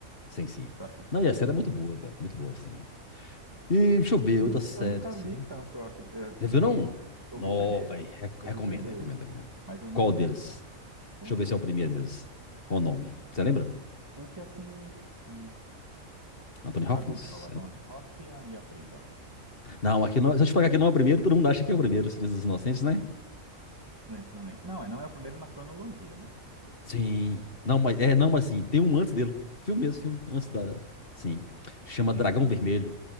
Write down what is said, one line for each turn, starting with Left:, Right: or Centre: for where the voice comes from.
Left: Sim, sim.
Right: para se sustentar.
Left: Não, e essa era muito boa, velho, muito boa, assim. E deixa
Right: Os
Left: eu ver,
Right: filmes
Left: outras séries,
Right: eu nunca
Left: assim.
Right: vi tanto, eu acho, eh, assim,
Left: Você viu,
Right: lógico,
Left: não?
Right: eu vi, eu
Left: Não,
Right: vi o primeiro,
Left: velho, re-
Right: eu
Left: recomendo,
Right: vi o primeiro,
Left: recomendo, recomendo.
Right: mas eu não
Left: Qual deles?
Right: lembro o,
Left: Deixa eu ver se é o primeiro mesmo. Qual o nome? Você lembra?
Right: o que é com o,
Left: Anthony Hopkins?
Right: a dupla lá, Anthony Hopkins e a, e a atriz lá.
Left: Não, aqui não, se eu te falar que aqui não é o primeiro, todo mundo acha que é o primeiro, Silêncio dos Inocentes, né?
Right: Silêncio dos Inocentes. Não, é, não é o primeiro na cronologia, né?
Left: Sim. Não, mas é, não, mas sim, tem um antes dele. Filme mesmo, filme, antes da, sim. Chama
Right: Ixi,
Left: Dragão
Right: não sabia
Left: Vermelho.